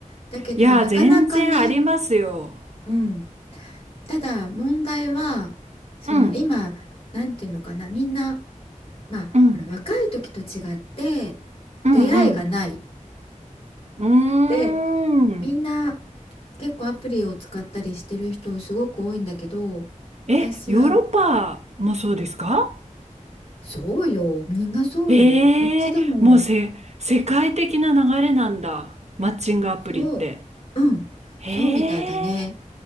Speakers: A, on the left; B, on the right.
A: だけどなかなかね
B: いや、全然ありますよ。
A: うん、ただ問題はその今なんていうのかなみんな
B: うん、
A: まあほら若い時と違って
B: うん、うん、
A: 出会いがない
B: うん。うーん。
A: でみんな結構アプリを使ったりしてる人すごく多いんだけど
B: え、
A: 私は
B: ヨーロッパもそうですか
A: そうよみんなそうよこっちでも
B: ええーもうせ、世界的な流れなんだ。マッチングアプリって。
A: そううんそうみたいだね
B: へえ、